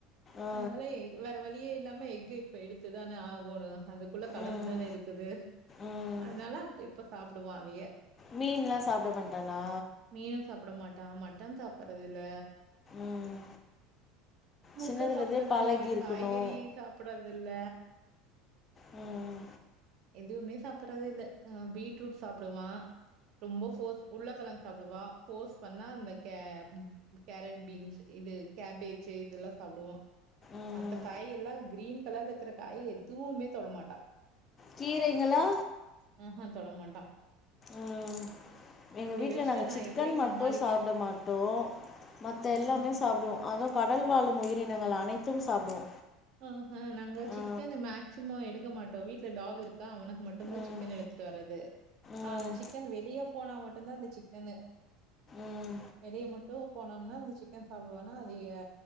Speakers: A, on the left; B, on the right.
A: ஆ
B: அதனாலே வேற வழி வழியே இல்லாம எக்கு இப்ப எடுத்துதானே ஆகோணு அதுக்குள்ள கலந்துதானே
A: ம்
B: இருக்குது
A: ம்
B: அதனால அப் இப்ப சாப்பிடுவான் அதய
A: மீன்லா சாப்ட மாட்டானா
B: மீனு சாப்ட மாட்டா மட்டன் சாப்றதில்ல
A: ம்
B: முட்ட
A: சின்னதுலேருந்தே
B: சாப்றதில்ல
A: பழகி இருக்கணு
B: காய் சாப்டதில்ல
A: ம்
B: எதுவுமே சாப்டடுறதே இல்ல ஆ பீட்ரூட் சாப்டுவா ரொம்போ போர்ஸ் உள்ளக்கிழங்கு சாப்பிடுவா போர்ஸ் பண்ணா அந்த கே இந்த கேரட் பீன்ஸ் இது கேபேஜு இதெல்லா சாப்பிடுவான்
A: ம்
B: இந்த காய் எல்லா கிரீன் கலர்ல இருக்கிற காய் எதுவுமே தொடமாட்டா
A: கீரைங்களா
B: ம்ஹ் ஹ தொட மாட்டா
A: ம் எங்க வீட்டுல
B: வச்சுட்டா
A: நாங்க
B: நான்
A: சிக்கன்
B: எப்படி
A: மட்டு
B: சமாளிக்க?
A: சாப்பிட மாட்டோ மத்த
B: ம்,
A: எல்லாமே
B: ம்.
A: சாப் சாப்டுவோ அதுவு கடல் வாழும் உயிரினங்கள் அனைத்து சாப்டுவோ
B: ஆஹ் ஹ நாங்க சிக்கனு
A: ஆ
B: மேக்சிமம் எடுக்க மாட்டோ வீட்ல டாக் இருக்கா அவனுக் மட்டுந்தா
A: ம்
B: சிக்கன் எடுத்துட்டு வர்து
A: ம்
B: ஆ சிக்கன் வெளிய போனா மட்டுந்தா இந்த சிக்கனு
A: ம்
B: வெளிய மட்டு போனோம்னா இந்த சிக்கன் சாப்பிடுவேனா அதயே